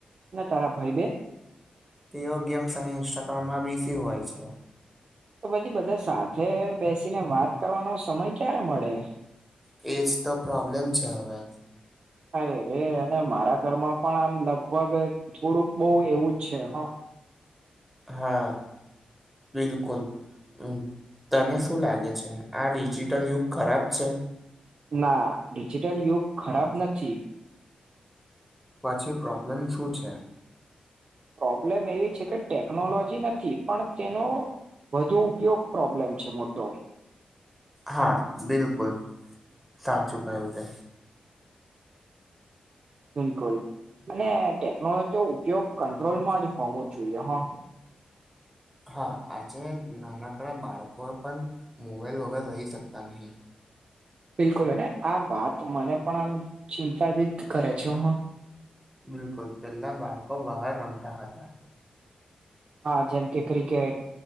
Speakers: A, on the right; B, in the centre.
A: ને તારા ભયબેન?
B: તેઓ ગેમ્સ સાયન્સ ઇન્સ્ટાગ્રામમાં બીઝી હોય છે.
A: તો પછી બધા સાથે બેસીને વાત કરવાનો સમય ક્યારે મળે?
B: એજ તો પ્રોબ્લેમ છે હવે.
A: અરે રે અને મારા ઘરમાં પણ આમ લગભગ થોડુંક બો એવું જ છે હા.
B: હા બિલકુલ. હમમ તને શું લાગે છે આ ડિજિટલ યુગ ખરાબ છે?
A: ના ડિજિટલ યુગ ખરાબ નથી.
B: પછી પ્રોબ્લેમ શું છે?
A: પ્રોબ્લેમ એ છે કે ટેકનોલોજી નથી પણ તેનો વધુ ઉપયોગ પ્રોબ્લેમ છે મોટો.
B: હા બિલકુલ સાચું કહ્યું તે.
A: બિલકુલ અને ટેકનોલોજીનો ઉપયોગ કંટ્રોલમાં જ હોવો જોઈએ હા.
B: હા આજે નાનકડા બાળકો પણ મોબાઈલ વગર રહી શકતા નહી.
A: બિલકુલ અને આ વાત મને પણ આમ ચિંતાજીત કરે છે હા.
B: બિલકુલ પેલ્લા બાળકો બહાર રમતા હતા.
A: હા જેમ કે ક્રિકેટ